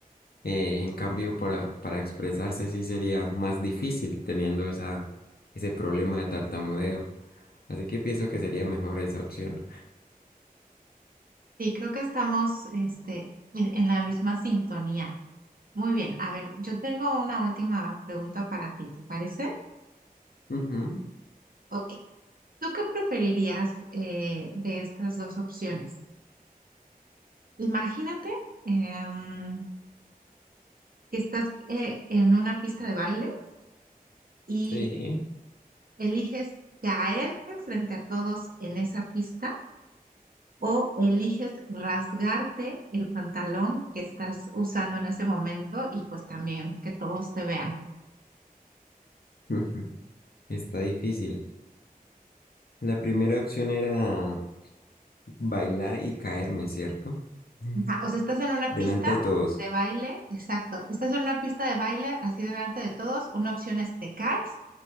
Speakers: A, on the left (about 80°); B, on the right (about 70°).
A: Eh, en cambio, para, para expresarse sí sería más difícil teniendo esa, ese problema de tartamudeo. Así que pienso que sería mejor esa opción.
B: Sí, creo que estamos este, en en la misma sintonía. Muy bien, a ver, yo tengo una última pregunta para ti, ¿te parece?
A: Ujú,
B: Ok, ¿tú qué preferirías eh, de estas dos opciones? Imagínate em, que estás eh, en una pista de baile y
A: sí,
B: eliges caerte frente a todos en esa pista o eliges rasgarte el pantalón que estás usando en ese momento y pues también que todos te vean.
A: ujú, está difícil. La primera opción era bailar y caerme, ¿cierto? Ujú.
B: Ajá, O sea, estás en una
A: Delante
B: pista
A: de todos.
B: de baile, exacto. Estás en una pista de baile así delante de todos. Una opción es te caes